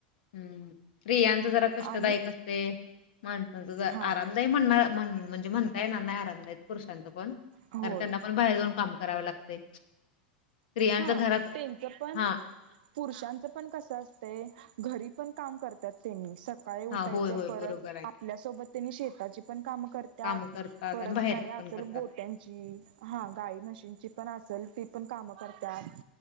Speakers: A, on the left; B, on the right.
A: हम्म स्त्रियांच जरा कष्टदायीक
B: आणि
A: असते माणसांच ज
B: हा
A: आरामदायी म्हण म्हण म्हणजकी म्हणता येणार नाय <unintelligible> पण
B: होय
A: कारण त्यांना पण बाहेर जाऊन काम <unintelligible> लागते स्त्रियांच
B: हा
A: घरात
B: त्यांच पण
A: हा
B: पुरुषांचं पण कसं असतये घरी पण काम करतात त्यांनी स काळी उठायच
A: हा होय होय
B: परत
A: बरोबर आहे
B: आपल्यासोबत त्यांनी शेताची पण काम करत्यात
A: काम करतात
B: परत
A: आणि बाहेर
B: काय असल
A: पण करतात
B: गोठ्यांची हा गाय म्हशीनची असल ती पण काम करतात.